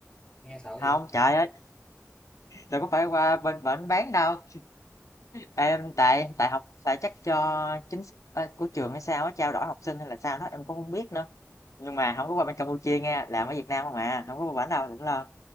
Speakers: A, on the left; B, on the left.
A: nghe sợ vậy
B: Không, trời ơi, đừng có phải qua bên bển bán đâu. em tại tại học tại chắc cho chính sách ờ, của trường hay sao á trao đổi học sinh hay là sao đó em cũng không biết nữa nhưng mà không có qua bên Campuchia nghe làm ở Việt Nam không à không có qua bển đâu đừng lo